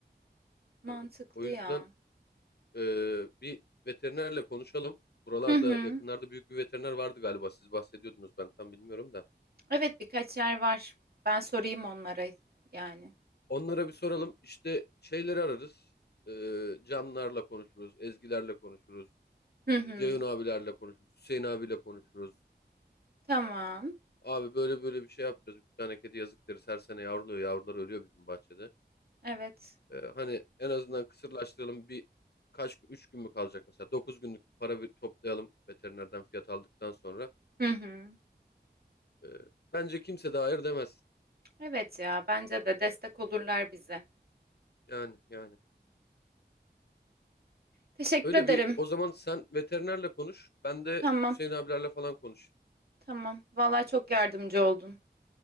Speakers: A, on the right; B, on the left.
A: Mantıklı
B: tabii. O yüzden
A: ya.
B: e, bir veterinerle konuşalım. Buralarda
A: Hı hı.
B: yakınlarda büyük bir veteriner vardı galiba siz bahsediyordunuz ben tam bilmiyorum da.
A: Evet birkaç yer var. Ben sorayım onlara yani.
B: Onlara bir soralım işte şeyleri ararız. E, canlarla konuşuruz, ezgilerle konuşuruz.
A: Hı hı.
B: Ceyhun abilerle konuşuruz. Hüseyin abiyle konuşuruz.
A: Tamam.
B: Abi böyle böyle bir şey yapacağız. Üç tane kedi yazık deriz. Her sene yavruluyor. Yavrular ölüyor bizim bahçede.
A: Evet.
B: Ee, hani en azından kısırlaştıralım. Bir kaç gün- üç gün mü kalacak mesela? Dokuz günlük bir para bir toplayalım veterinerden fiyat aldıktan sonra.
A: Hı hı.
B: Ee, bence kimse de hayır demez.
A: Evet ya bence de destek olurlar bize.
B: Yani yani.
A: Teşekkür
B: Öyle
A: ederim.
B: bir o zaman sen veterinerle konuş. Ben de
A: Tamam.
B: Hüseyin abilerle falan konuşayım.
A: Tamam. Vallahi çok yardımcı oldun.